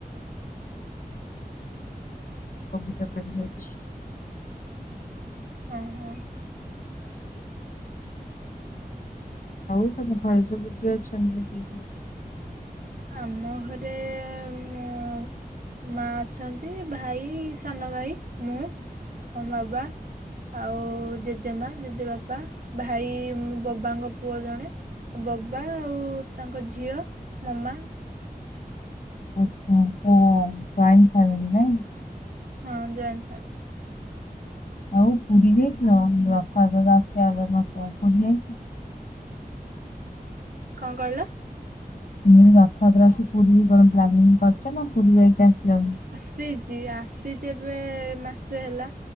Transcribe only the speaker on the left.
କବି ତରକାରୀ ହେଇଛି।
ଆଉ ତୋମ ଘରେ ସବୁ କିଏ ଅଛନ୍ତି? <inaudible>
ଆଛା ଙ୍କ ଜଏଣ୍ଟ ଫ୍ୟାମିଲି ନାଇଁ।
ଆଉ ପୁରୀ ଯାଇଥିଲ ରଥ <unintelligible> ଯାଇଛି।
ମୁଁ ଏଇ ରଥଯାତ୍ରା ଆସି ପୁରୀ କଣ ପ୍ଲାନିଂ କରିଚ ନା ପୁରୀ ଯାଇକି ଆସିଲାଣି?